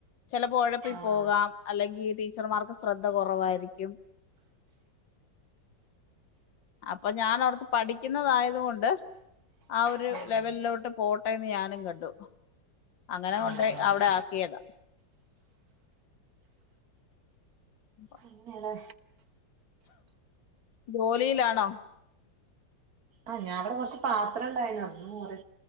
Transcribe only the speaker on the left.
ചെലപ്പോ ഒഴപ്പി
പോകാം അല്ലെങ്കി ടീച്ചർമാർക്ക് ശ്രദ്ധ കുറവായിരിക്കും അപ്പൊ ഞാൻ ഓർത്ത് പഠിക്കുന്നതായത്കൊണ്ട് ആ ഒരു
ലെവലിലോട്ട് പോട്ടെന്ന് ഞാനും കണ്ടു അങ്ങനെ കൊണ്ടോയി
അവിടെ ആക്കിയതാ <inaudible>
ജോലിയിലാണോ